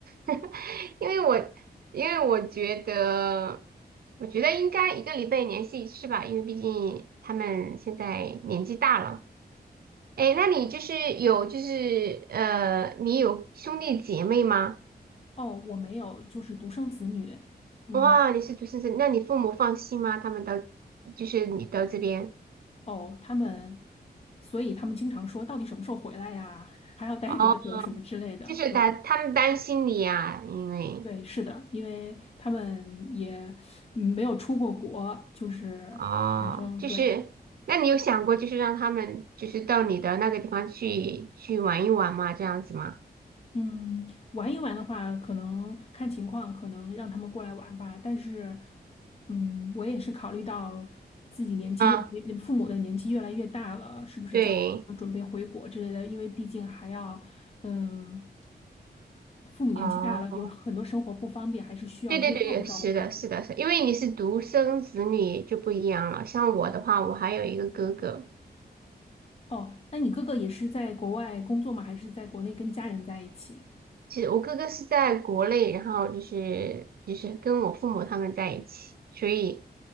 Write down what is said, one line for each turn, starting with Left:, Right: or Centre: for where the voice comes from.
Right: <laughs> 因为我因为我觉得，我觉得应该一个礼拜联系一次吧，因为毕竟他们现在年纪大了。哎，那你就是有就是呃，你有兄弟姐妹吗？
Left: 哦，我没有，就是独生子女。嗯，
Right: 哇，你是独生子，那你父母放心吗？他们到就是你到这边
Left: 哦，他们，所以他们经常说，到底什么时候回来呀？<laughs> 还要待多久什么之类的。
Right: 哦，就是他他们担心你呀，
Left: 对，
Right: 因为。
Left: 对，是的，因为他们也没有出过国，就是反正对。
Right: 哦，就是，那你有想过就是让他们就是到你的那个地方去去玩一玩吗？这样子吗？
Left: 嗯，玩一玩的话，可能看情况，可能让他们过来玩吧。但是，嗯，我也是考虑到自己年纪越，
Right: 啊，
Left: 父母的年纪越来越大了，是不是将来要准备回国之类的？
Right: 对，
Left: 因为毕竟还要，嗯，父母年纪大了，
Right: 哦，
Left: 有很多生活不方便，还是需要多照顾照顾他们。
Right: 对对对对，是的，是的，是的因为你是独生子女就不一样了。像我的话，我还有一个哥哥，
Left: 哦，那你哥哥也是在国外工作吗？还是在国内跟家人在一起？
Right: 其实我哥哥是在国内，然后就是就是跟我父母他们在一起，所以